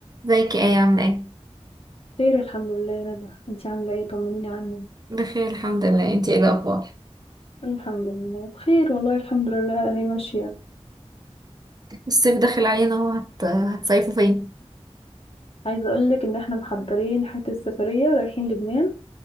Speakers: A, on the right; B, on the left.
A: ازيك يا ايه عاملة ايه؟
B: خير الحمد لله يا ندى انتي عاملة ايه طمنيني عنك
A: بخير الحمد لله انتي ايه الأخبار؟
B: الحمد لله بخير والله الحمد لله هي ماشية
A: الصيف داخل علينا اهو هت... هتصيفوا فين؟
B: عايزة اقولك ان احنا محضرين حتة سفرية رايحين لبنان